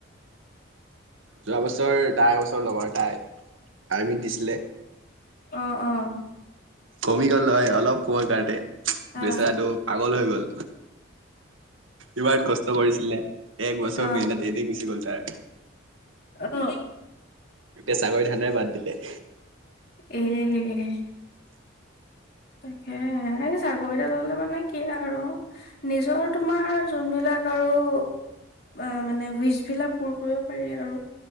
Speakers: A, on the right; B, on the left.
A: যোৱা বছৰ দাই এবছৰ লগৰ তাই আৰ্মিত দিছিলে।
B: অঁ অঁ!
A: কমি গ'ল হয় অলপ সময় কাৰতে
B: অ
A: বেচৰাটো পাগল হৈ গ'ল। ইমান কষ্ট কৰিছিলে এক বছৰৰ
B: অ
A: বেনত এনে গুচি গ'ল তাৰ।
B: অঁ নো
A: এতিয়া চাকৰি ধান্দা বাদ দিলে।
B: উমঁ উমঁ হো তাকেই এ চাকৰি এটা ল'লে মানে কি আৰু। নিজৰ তোমাৰ যোনবিলাক আৰু অঁ মানে উইচ বিলাক পূৰ কৰিব পাৰি আৰু।